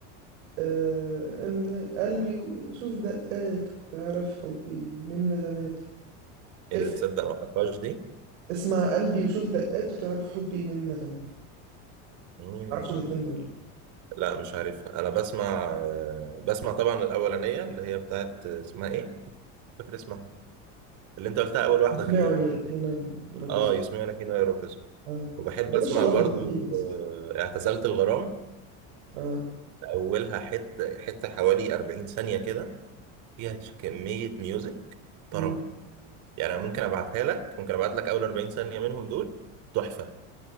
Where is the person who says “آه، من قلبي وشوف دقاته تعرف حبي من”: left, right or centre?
Right